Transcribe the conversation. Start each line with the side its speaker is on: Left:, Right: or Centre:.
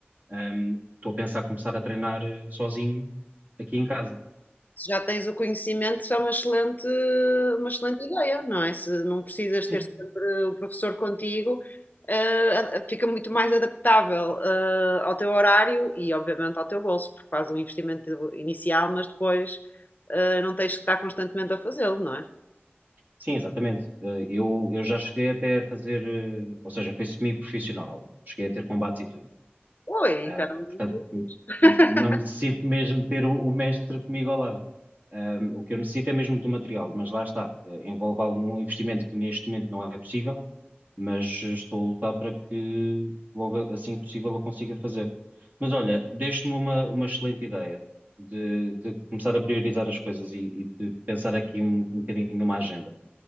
Right: Ahm, Estou a pensar começar a treinar eh, sozinho aqui em casa.
Left: Se já tens o conhecimento, isso é uma excelente, uma excelente ideia, não é? Se não precisas
Right: sim
Left: ter sempre o professor contigo, eh, a- fica muito mais adaptável, eh, ao teu horário e, obviamente, ao teu bolso, porque faz um investimento inicial, mas depois, eh, não tens que estar constantemente a fazê-lo, não é?
Right: Sim, exatamente. Eh, Eu, eu já cheguei até a fazer, eh, ou seja, foi semi-profissional. Cheguei a ter combates e tudo.
Left: Oi,
Right: Ah,
Left: então,
Right: portanto,
Left: Jesus.
Right: n-
Left: <laughs>
Right: n- não necessito mesmo ter o, o mestre comigo ao lado. Ahm, o que eu necessito é mesmo do material, mas lá está. Eh, envolve algum investimento que neste momento não é possível, mas estou a lutar para que logo assim que possível eu consiga fazer. Mas olha, deixe-me uma, uma excelente ideia de, de começar a priorizar as coisas e, e de pensar aqui um um bocadinho numa agenda.